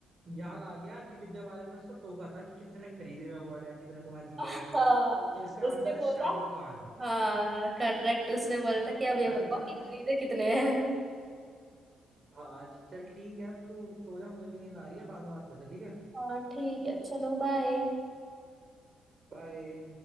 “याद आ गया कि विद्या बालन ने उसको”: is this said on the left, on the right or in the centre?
Right